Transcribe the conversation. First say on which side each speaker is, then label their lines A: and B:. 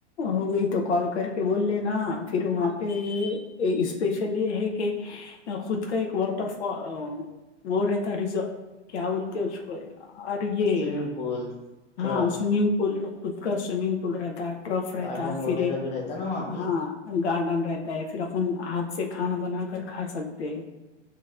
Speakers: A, on the left; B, on the left.
A: ہو گئی تو کال کر کے بول لینا پھر وہاں پہ اسپیشل یہ ہے کہ خود کا ایک واٹر فال وہ رہتا ریز کیا بولتے اس کو اور یہ
B: سوئمنگ پول ٹرف
A: ہاں سوئمنگ پول خود کا سوئمنگ پول رہتا ہے ٹراف
B: گارڈن
A: رہتا
B: وغیرہ
A: پھر ایک
B: بھی رہتا نا وہاں پہ
A: ہاں گارڈن رہتا ہے پھر اپن ہاتھ سے کھانا بنا کر کھا سکتے ہیں